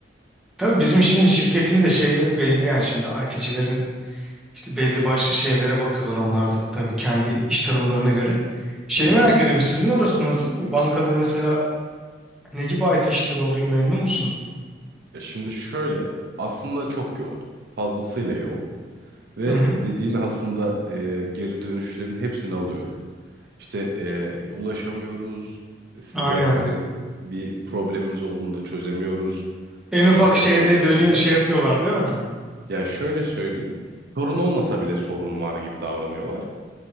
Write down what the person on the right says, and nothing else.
Hı hı.
E Şimdi şöyle aslında çok yoğun. Fazlasıyla yoğun. Ve
dediğin aslında e, geri dönüşlerin hepsini alıyorum. İşte e, ulaşamıyoruz. Size
hani bir problemimiz olduğunda çözemiyoruz.
Nasıl
yapacağız, nasıl
edeceğiz?
Ya şöyle söyleyeyim. Sorun olmasa bile sorun var gibi davranıyorlar.